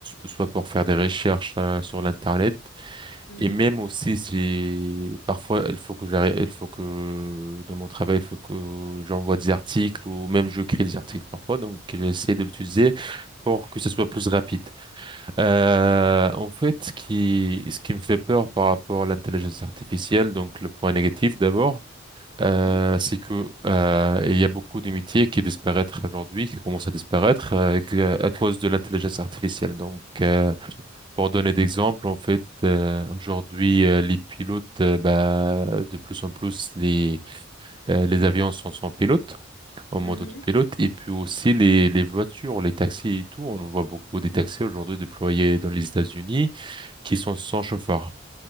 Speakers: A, on the right (about 25°); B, on the left (about 70°).
A: soit pour faire des recherches euh, sur l'Internet.
B: Mhm.
A: Et même aussi, c'est parfois, il faut que j'arrête, il faut que dans mon travail, il faut que j'envoie des articles ou même je crée des articles parfois. Donc, j'essaie de l'utiliser pour que ce soit plus rapide. Euh, en fait, ce qui, ce qui me fait peur par rapport à l'intelligence artificielle, donc le point négatif d'abord, euh,
B: Oui.
A: c'est que euh, il y a beaucoup de métiers qui disparaissent aujourd'hui, qui commencent à disparaître euh, à cause de l'intelligence artificielle. Donc, euh, pour donner d'exemple, en fait, euh, aujourd'hui, euh, les pilotes, euh, bah, de plus en plus, les, euh, les avions sont sans pilote, en mode
B: Mhm.
A: autopilote, et puis aussi les, les voitures, les taxis et tout. On voit beaucoup des taxis aujourd'hui déployés dans les États-Unis qui sont sans chauffeur.